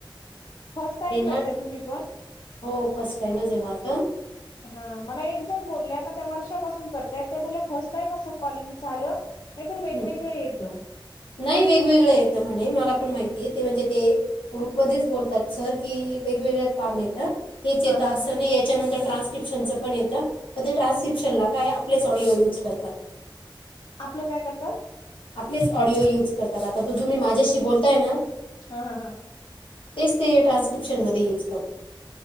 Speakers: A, on the left; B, on the left.
A: फर्स्ट टाइम
B: ते ना
A: करताय तुम्ही पण
B: हो फर्स्ट टाइमच आहे माझं
A: हा मला एक जण बोलले का त्या वर्षापासून करतायत त्या बोलल्या फर्स्ट टाईम असं कॉलिंग झालं नाही तर वेगवेगळं
B: हं.
A: येतो
B: नाही वेगवेगळ येतं म्हणे मला पण माहितीय ते म्हणजे ते ग्रुपमध्येच बोलतात सर की वेगवेगळ काम येत हेच येतं
A: हा हा
B: असं नाही याच्यानंतर ट्रान्स डीरिप्शनचं पण येत प ते ट्रान्स्क्रिप्शन ला काय आपलेच ऑडिओ युज करतात ते
A: आपलं काय करतात
B: आपलेच ऑडिओ युज करतात आता तुम्ही माझ्याशी बोलताय ना
A: हा, हा, हा
B: तेच ते ट्रान्स्क्रिप्शनमध्ये यूज करतात